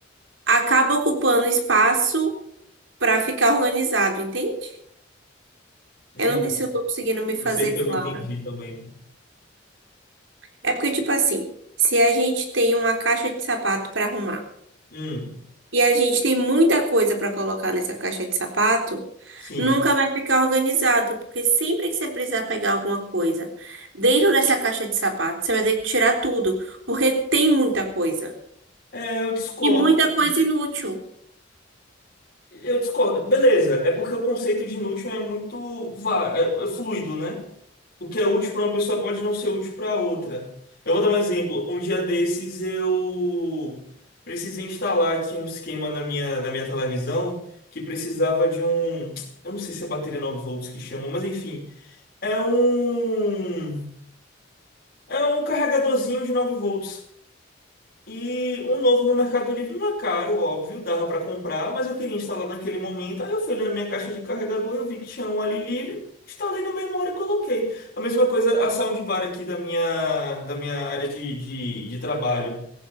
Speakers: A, on the right (about 80°); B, on the left (about 55°).
A: acaba ocupando espaço para ficar organizado, entende?
B: Não,
A: Eu não sei se eu tô conseguindo me fazer
B: não sei se
A: claro.
B: eu entendi também.
A: É porque, tipo assim, se a gente tem uma caixa de sapato para arrumar,
B: Hum,
A: e a gente tem muita coisa para colocar nessa caixa de sapato,
B: sim.
A: nunca vai ficar organizado, porque sempre que você precisar pegar alguma coisa dentro dessa caixa de sapato, você vai ter que tirar tudo, porque tem muita coisa.
B: É, eu discordo.
A: E muita coisa inútil.
B: Eu discordo. Beleza, é porque o conceito de inútil é muito va- é- é fluido, né? O que é útil para uma pessoa pode não ser útil para outra. Eu vou dar um exemplo. Um dia desses eu precisei instalar aqui um esquema na minha, na minha televisão que precisava de um. Eu não sei se é bateria 9 volts que chamam, mas enfim. É um. É um carregadorzinho de 9 volts. E um novo no Mercado Livre não é caro, óbvio, dava para comprar, mas eu queria instalar naquele momento. Aí eu fui na minha caixa de carregador, eu vi que tinha um ali livre, instalei na mesma hora e coloquei. A mesma coisa a soundbar aqui da minha, da minha área de, de, de trabalho.